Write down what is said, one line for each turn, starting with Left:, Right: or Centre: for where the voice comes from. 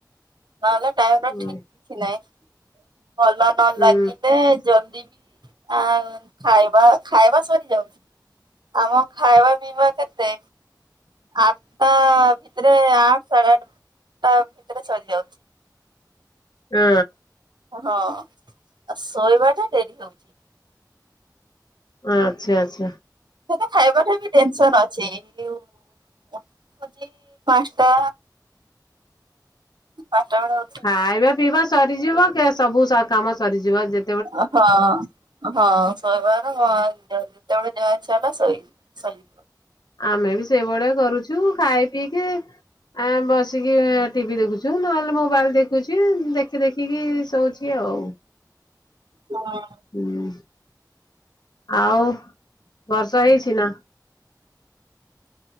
Right: ନହେଲେ ଟାଇମ
Left: ହୁଁ
Right: ଠିକ କିଛି ନାହିଁ ଭଲ। ନ
Left: ହୁଁ
Right: ଲାଗିଲେ ଜଲଦି ବି ଆଁ ଖାଇବା ଖାଇବା ସରିଯାଉଛି। ଆମ ଖାଇବା ପିଇବା କେତେ ଆଠଟା ଭିତରେ ଏ ଆଠେ ସାଢ଼େ ଆଠ। ତା ଭିତରେ ସରି ଯାଉଛି।
Left: ଉଁ।
Right: ହଁ ଆଉ ଶୋଇବାଟା ଡେରି ହଉଛି।
Left: ଆଚ୍ଛା ଆଛା।
Right: ସେତ ଖାଇବାଟା ବି ଟେନସନ ଅଛି <unintelligible> ପାଞ୍ଚଟା। ପାଟଗଡ଼।
Left: ଖାଇବା ପିଇବା ସରିଯିବ କେ ସବୁ କାମ ସରିଯିବ ଯେତେ
Right: ଅହଁ ଅହଁ ଶହେବାର ଯେତେବେଳେ ଯାହା ଇଛା ହେଲା ସେଇ। ସମ୍।
Left: ଆମେବି ସେଇଭଳିଆ କରୁଚୁ ଖାଇ ପିଇକି ଆମେ ବସିକି ଟିଭି ଦେଖୁଚୁ ନହେଲେ ମୋବାଇଲ୍ ଦେଖୁଚି ଦେଖି ଦେଖିକି ଶୋଉଚି କି ଆଉ। ୍
Right: <unintelligible>
Left: ହୁଁ ଆଉ ବର୍ଷା ହେଇଚିନା?